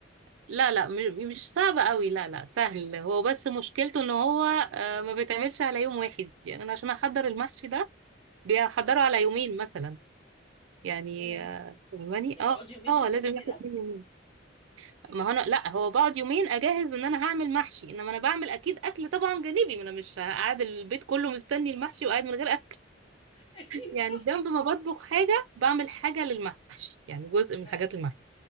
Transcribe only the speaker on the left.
اه
ياه
يعني
تقعدي يومين
تجهزي
الأكل
<laughs> أكيد
صح
اه